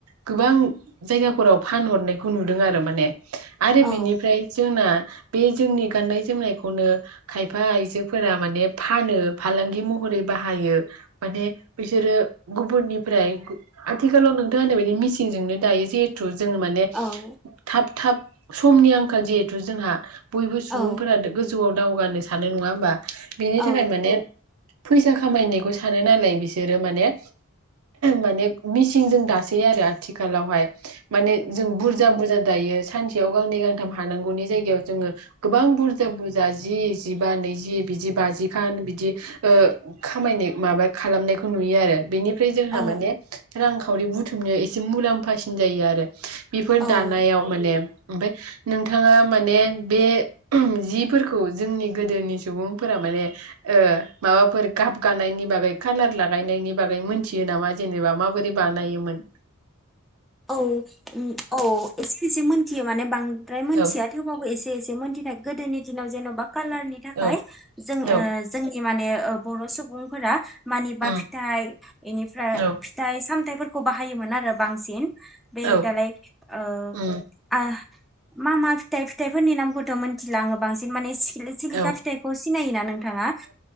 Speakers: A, on the right; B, in the centre.
A: गोबां जायगाफोराव फानहरनायखौ नुदों आरो माने आरो
B: औ
A: बिनिफ्राय जोंना बे जोंनि गाननाय जोमनायखौनो खायफा आइजोफोरा माने फानो फालांगि महरै बाहायो माने बिसोरो गुबुननिफ्राय आथिखालाव नोंथां होननाय बायदि मिसिंजोंनो दायो जिहेथु जोङो माने
B: औ
A: थाब थाब समनि आंखाल जिहेथु जोंहा बयबो सुबुंफोरा
B: औ
A: दो गोजौआव दावगानो सानो नङा होनोमबा? बिनि
B: औ
A: थाखाय माने फैसा खामायनायखौ सानो नालाय बिसोरो माने माने मिसिंजों दासै आरो आथिखालावहाय माने जों बुरजा बुरजा दायो सानसेयाव गांनै गांथाम हानांगौनि जायगायाव जोङो गोबां बुरजा बुरजा जि जिबा नैजि बिदि बाजिखान बिदि ओ खामायनाय माबा खालामनायखौ नुयो आरो बेनि फ्राय जोंहा
B: औ
A: माने रांखावरि बुथुमनायाव एसे मुलाम्फासिन जायो आरो बेफोर दानायाव
B: औ
A: माने ओमफ्राय नोंथाङा माने बे जिफोरखौ जोंनि गोदोनि सुबुंफोरा माने ओ माबाफोर गाब गानायनि बागै कालार लागायनायनि बागै मोनथियो नामा जेनेबा माबोरै बानायोमोन
B: औ उम औ एसे एसे मोनथियो माने बांद्राय मिथिया
A: औ
B: थेवबाबो एसे एसे मिथिनाय गोदोनि दिनाव जेन'बा कालारनि थाखाय
A: औ
B: जों
A: औ
B: ओ जोंनि माने ओ बर' सुबुंफोरा मानिबा
A: उम
B: फिथाइ इनिफ्राय
A: औ
B: फिथाइ साम थाइफोरखौ बाहायोमोन आरो बांसिन बे
A: औ
B: दालाय ओ
A: उम
B: आ मा मा फिथाइ फिथाइफोरनि नामखौथ' मोनथिला आङो बांसिन माने सि खिलि सिलिखा
A: औ
B: फिथाइखौ सिनायोना नोंथाङा